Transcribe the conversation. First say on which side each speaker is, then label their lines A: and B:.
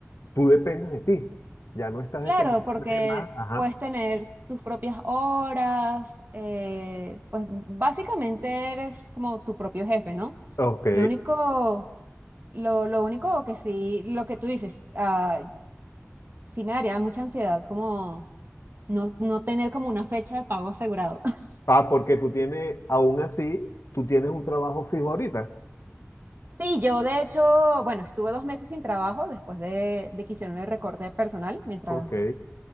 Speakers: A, on the left; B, on the right.
A: Tú dependes de ti. Ya no estás
B: Claro,
A: dependiendo
B: porque
A: de nadie más. Ajá.
B: puedes tener tus propias horas, eh, pues básicamente eres como tu propio jefe, ¿no?
A: Ok.
B: Lo único, lo, lo único que sí, lo que tú dices, ah, sí me daría mucha ansiedad como no, no tener como una fecha de pago asegurado. <laughs>
A: Ah, porque tú tienes, aún así, tú tienes un trabajo fijo ahorita.
B: Sí, yo de hecho, bueno, estuve dos meses sin trabajo después de, de que hicieron el recorte personal mientras
A: Ok.